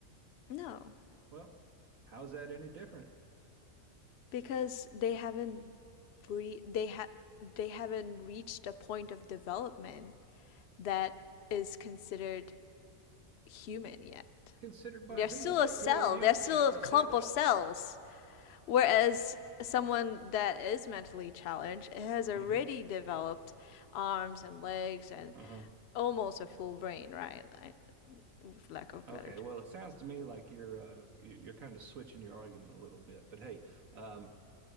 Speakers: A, on the left; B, on the right.
A: No.
B: Well, how's that any different?
A: because they haven't re- they ha- they haven't reached a point of development that is considered human yet.
B: Considered by
A: They're
B: who?
A: still
B: Like,
A: a cell.
B: who are you
A: They're
B: to
A: still
B: be able
A: a
B: to
A: clump
B: say that?
A: of cells. Whereas someone that is mentally challenged has already
B: Mm-hmm.
A: developed arms and legs and
B: Uh huh.
A: almost a full brain, right? Like, with lack of better
B: Okay,
A: term.
B: well, it sounds to me like you're uh, you- you're kind of switching your argument a little bit. But hey, um,